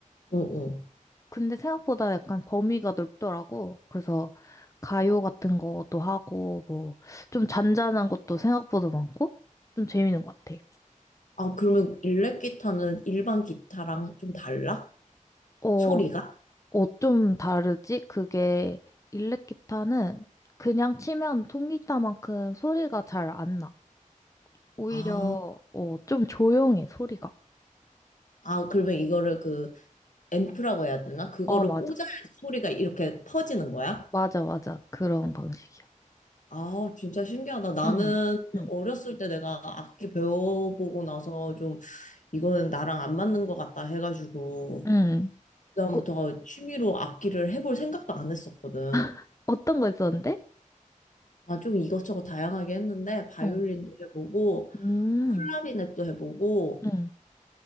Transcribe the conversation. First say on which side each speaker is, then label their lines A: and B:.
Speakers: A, on the left; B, on the left.
A: 어, 어.
B: 근데 생각보다 약간 범위가 넓더라고. 그래서 가요 같은 것도 하고 뭐 좀 잔잔한 것도 생각보다 많고 좀 재밌는 것 같아.
A: 아, 그러면 일렉 기타는 일반 기타랑 좀 달라?
B: 어,
A: 소리가?
B: 어, 좀 다르지? 그게 일렉 기타는 그냥 치면 통기타만큼 소리가 잘 안 나. 오히려
A: 아,
B: 어, 좀 조용해, 소리가.
A: 아, 그러면 이거를 그 앰프라고 해야 되나? 그거를
B: 어, 맞아.
A: 꽂아야 소리가 이렇게 퍼지는 거야?
B: 맞아, 맞아. 그런 방식이야.
A: 아, 진짜 신기하다. 나는
B: 응, 응,
A: 어렸을 때 내가 악기 배워보고 나서 좀 이거는 나랑 안 맞는 것 같다 해가지고
B: 응.
A: 그다음부터
B: 어,
A: 취미로 악기를 해볼 생각도 안 했었거든.
B: <laughs> 어떤 거 있었는데?
A: 나 좀 이것저것 다양하게 했는데 바이올린도
B: 어,
A: 해보고
B: 음,
A: 클라리넷도 해보고
B: 응.